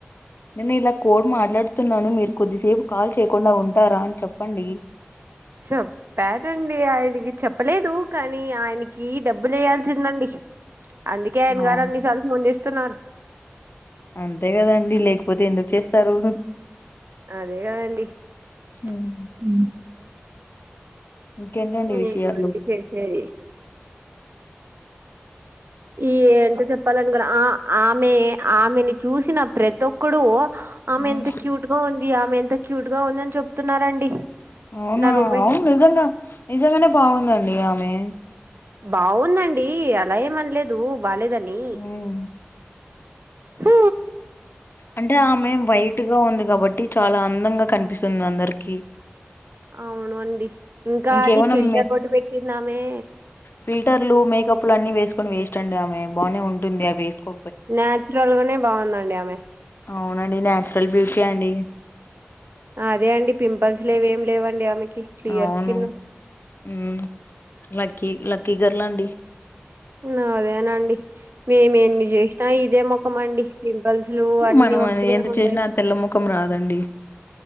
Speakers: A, on the left; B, on the right.
A: నేను ఇలా కోడ్ మాట్లాడుతున్నాను. మీరు కొద్దిసేపు కాల్ చేయకుండా ఉంటారా. అని చెప్పండి.
B: చెప్పనండి ఆయనకి చెప్పలేదు కానీ ఆయనకి డబ్బులు వేయాల్సిందండి అందుకే ఆయన
A: అవును,
B: గారు అన్ని సార్లు ఫోన్ చేస్తున్నారు.
A: అంతే కదండి. లేకపోతే ఎందుకు చేస్తారు.
B: అదే కదండి ఉ
A: ఉమ్, ఇంకేంటండి
B: నీ
A: విషయాలు
B: గురించి చేసేది. ఈ ఎంత చెప్ప చెప్పాలని ఆ ఆమె ఆమెని చూసిన ప్రతి ఒక్కడూ ఆమె
A: ఉమ్,
B: ఎంత క్యూట్ టుగా ఉంది. ఆమె ఎంత క్యూట్ గా ఉందని చెప్తున్నారండి.
A: అవునా
B: నా రూమ్మేట్
A: అవును నిజంగా నిజంగానే బాగుందండి. ఆమె
B: బావుందండి. అలా ఏమనలేదు బాలేదని
A: ఉమ్.
B: హ
A: అంటే ఆమె వైట్ గా ఉంది కాబట్టి చాలా అందంగా కనిపిస్తుంది. అందరికి
B: అవునుండి. ఇంకా
A: ఇంకేమైనా
B: అది ఫిల్టర్
A: మె
B: బొట్టు పెట్టిందామే.
A: ఫిల్టర్లు మేకప్లు అన్ని వేసుకొని వేస్ట్ అండి. ఆమె బానే ఉంటుంది. అవి వేసుకో
B: న్యాచురల్ గానే బాగుందండి. ఆమె
A: అవునండి. న్యాచురల్ బ్యూటీ అండి
B: అదే అండి పింపుల్స్ లేవేమి అదేమీలేవండి. ఆమెకి క్లియర్
A: అవును
B: స్కిన్
A: ఉ లక్కీ లక్కీ గర్ల్ అండి.
B: నాదేనండి. మేము ఎన్ని చేసినా ఇదే ముఖమండి పింపుల్స్ అన్ని
A: మనం
B: వస్తూనే
A: ఎంత
B: ఉంటాయి.
A: చేసినా తెల్ల ముఖం రాదండి.